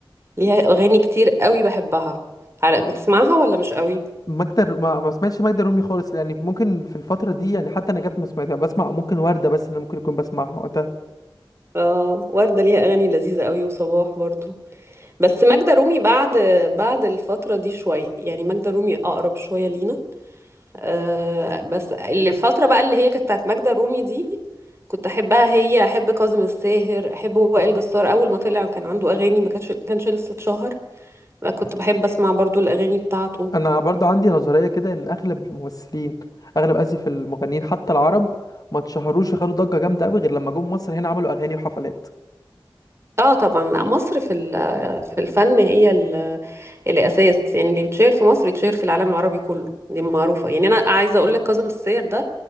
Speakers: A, on the right; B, on the left.
A: ليها اغاني كتير قوي بحبها عر- بتسمعها ولا مش قوي
B: ماجدة الر- ما ما سمعتش ماجدة الرومي خالص يعني ممكن في الفترة دي يعني حتى نجاة ما سمعتها بسمع ممكن وردة بس اللي ممكن يكون بسمعها وقتها
A: اه وردة ليها اغاني لذيذة قوي وصباح برضو بس ماجدة رومي بعد بعد الفترة دي شوية يعني ماجدة رومي اقرب شوية لينا آه بس الفترة بقى اللي هي كانت بتاعت ماجدة رومي دي كنت احبها هي احب كاظم الساهر احب وائل جسار اول ما طلع كان عنده اغاني ما كانتش ما كانش لسه اتشهر كنت بحب اسمع برضو الاغاني بتاعته
B: أنا برضو عندي نظرية كده إن أغلب الممثلين أغلب آسف المغنيين حتى العرب ما اتشهروش خدوا ضجة جامدة قوي غير لما جم مصر هنا عملوا أغاني وحفلات
A: اه طبعا لا مصر في ال- في الفن هي الاساس يعني اللي بيتشهر في مصر يتشهر في العالم العربي كله دي معروفه يعني انا عايزه اقول لك كاظم الساير ده